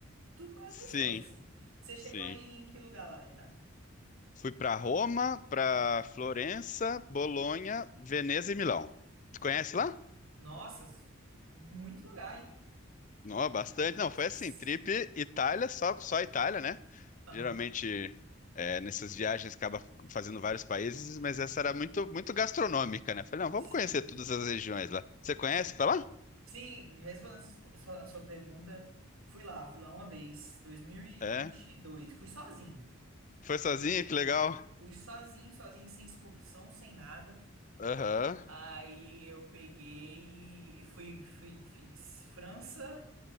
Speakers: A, on the right; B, on the left.
A: tudo mais
B: Sim,
A: gostoso, assim. Você chegou
B: sim.
A: aí em que lugar lá da Itália?
B: Fui para Roma, para Florença, Bolonha, Veneza e Milão. Tu conhece
A: No-
B: lá?
A: Nossa, muito lugar, hein?
B: Não, bastante. Não, foi
A: S-
B: assim, trip Itália, só, só Itália, né?
A: Aham,
B: Geralmente, é, nessas viagens, acaba fazendo vários países, mas essa era muito, muito gastronômica, né? Falei, não, vamos
A: Sim,
B: conhecer todas as regiões lá. Você conhece
A: sim.
B: pra lá?
A: Sim, respondendo sus- a sua, a sua pergunta, fui lá, fui lá uma vez, dois mil e e
B: É.
A: vinte e dois Fui sozinho.
B: Foi sozinho? Que legal.
A: Fui sozinho, sozinho, sem excursão, sem nada.
B: Aham,
A: Aí eu peguei, fui, fui, fiz França,